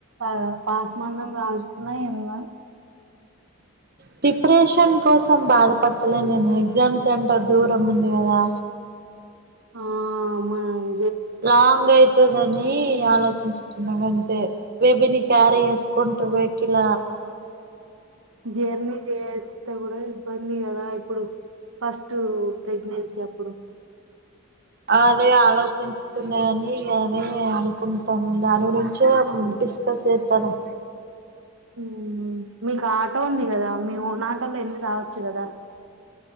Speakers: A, on the right; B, on the right.
A: ఆ పాస్మందం రాస్కున్నా ఏం కాద్
B: ప్రిప్రేషన్ కోసం బాధపట్టలే నేను ఎగ్ ఎగ్జామ్ సెంటర్ దూరం ఉంది కదా
A: ఆ అమాన్
B: లాంగ్ అయితదని ఆలోచన వేసుకున్నవ్ అంతే బేబీని క్యారి ఎస్కుంటూ వెక్కిల
A: జర్నీ చేస్తే కూడా ఇబ్బంది కదా ఇప్పుడు ఫస్ట్ ప్రెగ్నెన్సీ అప్పుడు
B: అదే ఆలోచిచూతున్నా అని ఇగ అదే అనుకుంటాను దాని గురించే డిస్కస్ చేతానం
A: ఉహు మీకు ఆటో ఉంది కదా మీన్ ఆటోలో వెళ్ళి రావచ్చు కదా